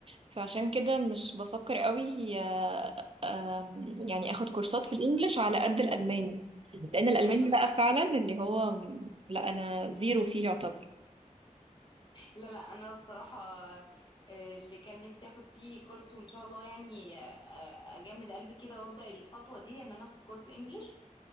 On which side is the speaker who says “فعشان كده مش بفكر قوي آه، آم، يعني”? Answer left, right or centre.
Right